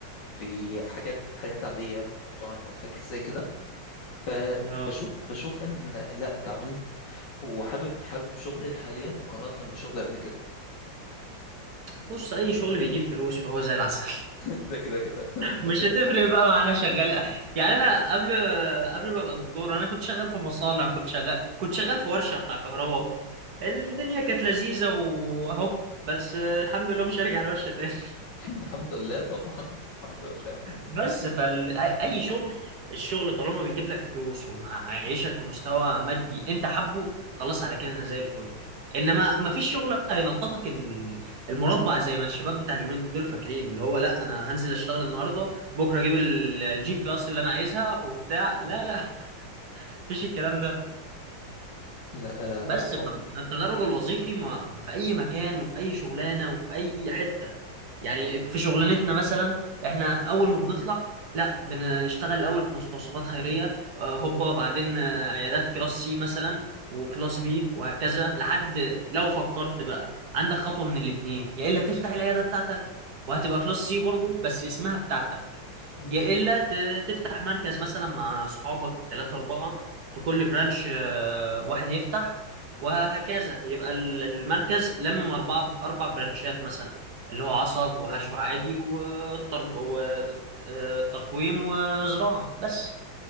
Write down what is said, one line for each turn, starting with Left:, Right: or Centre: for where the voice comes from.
Left: في حاجات حاجات عاديه مطاعم والحاجات اللي زي كده فبشوف
Right: اه
Left: بشوف ان إن لا اتعاملت وحابب حابب شغلي حاليا مقارنه بشغلي قبل كده
Right: بص اي شغل بيجيب فلوس فهو زي العسل
Left: <laughs> ده كده كده <laughs>
Right: مش
Left: ده كده
Right: هتفرق
Left: كده
Right: بقى معانا شغال يعني انا قبل قبل ما ابقى دكتور انا كنت شغال في مصانع كنت شغال كنت شغال في ورشة بتاع كهرباء الدنيا كانت لذيذة واهو بس الحمد لله مش هرجع الورشة تاني.
Left: <laughs> الحمد لله طبعا الحمد لله
Right: بس فأي شغل الشغل طالما بيجيب لك فلوس ومعيشك في مستوى مادي انت حبه خلاص على كده انا زي الفل انما ما فيش شغل هينططك ال- المربع زي ما الشباب بتاع اليومين دول فاكرين اللي هو لا انا هنزل اشتغل النهارده بكره اجيب ال- الجي كلاس اللي انا عايزها وبتاع لا لا <laughs> مفيش الكلام ده
Left: لا
Right: بس
Left: آه، هو
Right: فالتدرج الوظيفي ما في اي مكان وفي اي شغلانه وفي اي حته يعني في شغلانتنا مثلا احنا اول ما بنطلع لا بنشتغل الاول في مستوصفات خيريه آه، هوبا بعدين آه، عيادات كلاس سي مثلا وكلاس بي وهكذا لحد لو فكرت بقى عندك خطوه من الاثنين يا الا تفتح العياده بتاعتك وهتبقى كلاس سي برضو بس اسمها بتاعتك
Left: مم.
Right: يا الا ت- تفتح مركز مثلا مع اصحابك ثلاثة أربعة في كل برانش آه، واحد يفتح وهكذا يبقى ال- المركز لمم أربعة أربع برانشات مثلا اللي هو عصب وحشو
Left: جامد
Right: عادي وطرب وتقويم وزراعة بس